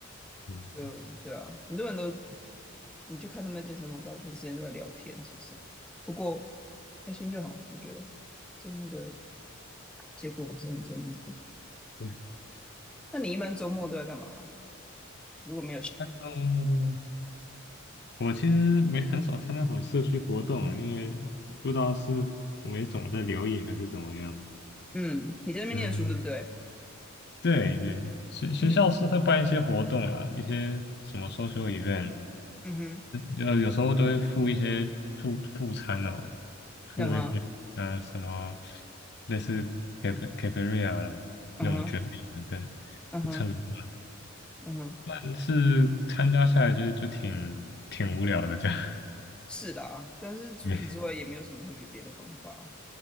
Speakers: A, on the left (about 55°); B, in the centre.
A: 嗯，
B: 就对啊，很多人都你就看他们健身房，大部分时间都在聊天，其实不过开心就好，我觉得就那个结果不是很重要。
A: 对
B: 那你一般周末都在干嘛？如果没有事，
A: 嗯，我其实没很少参加什么社区活动，因为不知道是我没总在留意还是怎么样。
B: 嗯，你在那边念书对不对？
A: 嗯，对对，学学校是会办一些活动啦，
B: 嗯
A: 一些什么 s o c i event，
B: 嗯哼，
A: 那呃有时候都会付一些助助餐哦，付一些呃什么
B: 嗯哼，
A: 类似 c a p r i a
B: 嗯哼，
A: 那种卷饼的，对，
B: 嗯哼，
A: 就蹭个饭。
B: 嗯哼。
A: 但是参加下来就就挺挺无聊的这样。<laughs>
B: 是啦，但是除此之外也没有什么特别别的方法。
A: 对